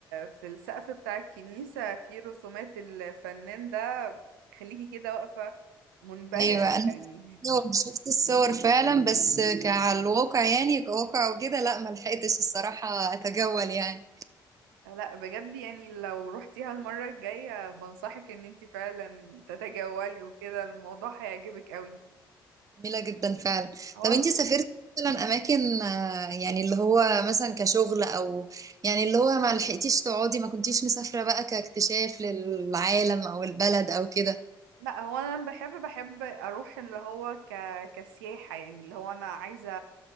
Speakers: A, on the right; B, on the right.
A: في السقف بتاع الكنيسة في رسومات الفنان ده خليكي كده واقفة منبهرة
B: أيوة أنا
A: يعني
B: شفت الصور شفت الصور فعلا بس كعلى الواقع يعني كواقع وكده لا ما لحقتش الصراحة أتجول يعني
A: <laughs> لا بجد يعني لو روحتيها المرة الجاية بنصحك ان انت فعلا تتجولي وكده الموضوع هيعجبك قوي
B: جميلة جدا فعلا
A: هو
B: طب انتي سافرتي مثلا اماكن آه، يعني اللي هو مثلا كشغل او يعني اللي هو ما لحقتيش تقعدي ما كنتيش مسافرة بقى كاكتشاف للعالم او البلد او كده
A: لا هو انا لما بحب بحب اروح اللي هو ك... كسياحة يعني اللي هو انا عايزة